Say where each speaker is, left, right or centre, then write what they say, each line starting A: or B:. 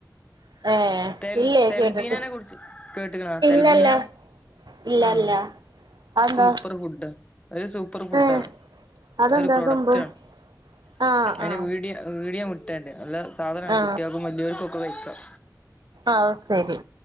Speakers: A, on the right; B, on the left.
A: <unintelligible>
B: തെൽ തെൽബീനനെ
A: കേട്ടിട്ട്
B: കുറിച്ച് കേട്ടക്കണ
A: ഇല്ലല്ല
B: തെൽബീന
A: ഇല്ല
B: ആഹ്
A: ഇല്ല അതെന്താ
B: സൂപ്പർ ഫുഡ ഒരു സൂപ്പർ ഫുഡാണ്
A: ഏ അതെന്താ
B: ആ ഒരു പ്രൊഡക്റ്റ്
A: സംഭവം
B: ആണ്.
A: ആ ആ
B: അതി വീടിയ വീടിയ മുട്ടറെ നല്ല സാധനണ്
A: ആ
B: കുട്ടിയാക്കുമ ഇവർക്കൊക്കെ വയ്ക്കാം
A: ആ ശരി